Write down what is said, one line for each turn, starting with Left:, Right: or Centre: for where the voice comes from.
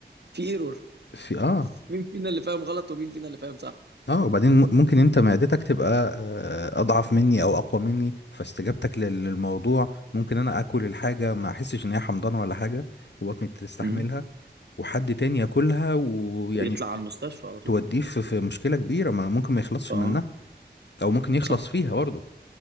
Right: في ايرور
Left: في اه
Right: مين فينا اللي فاهم غلط ومين فينا اللي فاهم صح
Left: اه وبعدين م- ممكن انت معدتك تبقى آه اضعف مني او اقوى مني فاستجابتك لل- للموضوع ممكن انا اكل الحاجة ما احسش ان هي حمضانة ولا حاجة وبطني تستحملها
Right: امم
Left: وحد تاني ياكلها ويعني
Right: يطلع على المستشفى على طول
Left: توديه في في مشكلة كبيرة ما ممكن ما يخلصش
Right: اه
Left: منها او ممكن يخلص
Right: صح
Left: فيها برضه